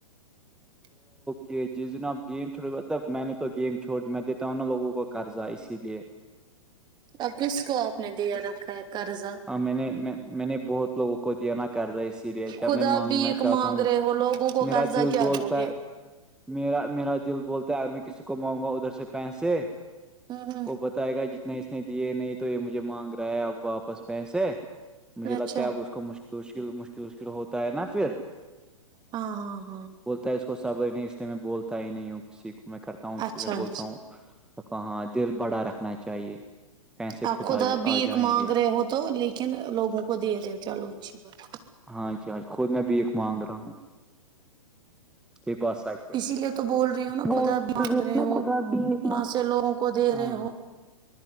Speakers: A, on the right; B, in the centre.
A: <inaudible>
B: کہ جس دن اپ گیم چھوڑ گے تو <inaudible> میں نے تو گیم چھوڑ میں دیتا ہوں نا لوگوں کو قرضہ اسی لیے
A: اب کس کو آپ نے دیا رکھا ہے قرضہ
B: ہاں میں نے میں نے بہت لوگوں کو کو دینا کرضہ اسی لیے جب
A: خدا
B: میں مانگنا
A: بھیک
B: چاہتا
A: مانگ
B: ہوں
A: رہے ہو لوگوں کو
B: میرا
A: قرضہ
B: دل
A: کیا
B: بولتا ہے
A: <inaudible>
B: میرا میرا دل بولتا ہے اگر میں کسی کو مانؤ گا ادھر سے پیسے
A: ہوں ہ
B: وہ بتائے گا جتنے اس نے دیے نہیں تو یہ مجھے مانگ رہا ہے اب واپس پیسے مجھے
A: اچھا
B: لگتا ہے اب اس کو مشکل مشکل مشکل مشکل ہوتا ہے نا پھر
A: ہاں ہاں ہاں
B: بولتا ہے اس کو صبر ہی نہیں اس لیے میں بولتا ہی نہیں ہوں کسی کو میں کرتا ہوں
A: اچھا
B: میں <inaudible> بولتا
A: اچھا
B: ہوں کہا دل بڑا رکھنا چاہیے پیسے
A: اپ خود
B: آ
A: بھک
B: آ جائیں
A: مانگ
B: گے
A: رہے ہو تو لیکن لوگوں کو دے رہے ہو چلو اچھی بات
B: ہاں جج <inaudible> خود میں بھی ایک مانگ رہا ہوں یے بات سچ ہے
A: اسی لیے تو بول رہی ہوں
B: <unintelligible>
A: نا خدا بھیک مانگ رہے ہو یہاں سے لوگوں کو دے رہے